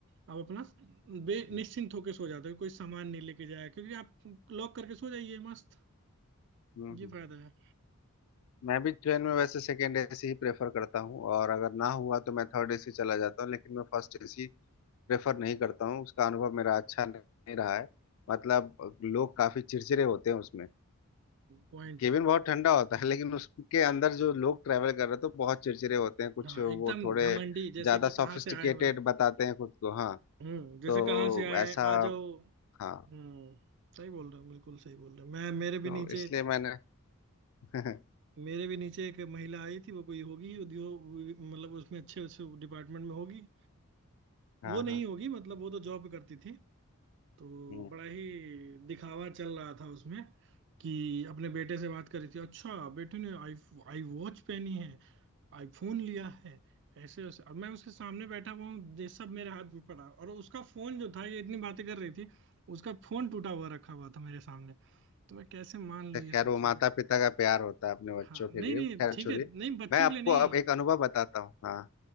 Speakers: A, on the right; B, on the left.
A: आप अपना बे
B: हम्म
A: निश्चिंत होकर सो जाते हो कोई सामान नहीं लेके जाए क्योंकि आप लॉक करके सो जाइए मस्त
B: हम्म, हम्म।
A: ये फायदा है
B: मैं भी ट्रेन में वैसे सेकेंड एसी ही प्रेफर करता हूँ और अगर ना हुआ तो मैं थर्ड एसी चला जाता हूँ लेकिन मैं फर्स्ट एसी प्रेफर नहीं करता हूँ उसका अनुभव मेरा अच्छा नहीं रहा है मतलब लोग काफी चिड़चिड़े होते हैं उसमें
A: पॉइंट
B: केबिन बहुत ठंडा होता है लेकिन उसके अंदर जो लोग ट्रैवल कर रहे थे वो बहुत चिड़चिड़े होते हैं कुछ
A: हाँ
B: वो
A: एकदम
B: थोड़े
A: घमंडी जैसे
B: ज्यादा
A: कि
B: सॉफिस्टिकेटेड
A: कहाँ से आए हुए हैं
B: बताते हैं खुद को हाँ
A: हम्म जैसे
B: तो
A: कहाँ से आए
B: ऐसा
A: हैं आ जाओ
B: हाँ
A: हम्म सही बोल रहे हो बिल्कुल सही बोल रहे हो मैं मेरे भी
B: तो
A: नीचे
B: इसलिए मैंने <laughs>
A: मेरे भी नीचे एक महिला आई थी वो कोई होगी उद्योग मतलब उसमें अच्छे उस डिपार्टमेंट में होगी
B: हाँ
A: वो नहीं
B: हाँ
A: होगी मतलब वो तो जॉब करती थी तो
B: हम्म।
A: बड़ा ही दिखावा चल रहा था उसमें कि अपने बेटे से बात कर रही थी अच्छा बेटे ने आई आई वॉच पहनी है आईफोन लिया है ऐसे ऐसे अब मैं उसके सामने बैठा हुआ हूँ ये सब मेरे हाथ में पड़ा और उसका फोन जो था ये इतनी बातें कर रही थी उसका फोन टूटा हुआ रखा हुआ था मेरे सामने तो मैं कैसे मान लूँ
B: तो खैर
A: ये सब
B: वो
A: चीजें
B: माता पिता का प्यार होता है अपने बच्चों
A: हाँ
B: के
A: नहीं
B: लिए
A: नहीं
B: खैर
A: ठीक
B: छोड़िए
A: है नहीं बच्चों
B: मैं आपको
A: के लिए नहीं
B: अब एक अनुभव बताता हूँ हाँ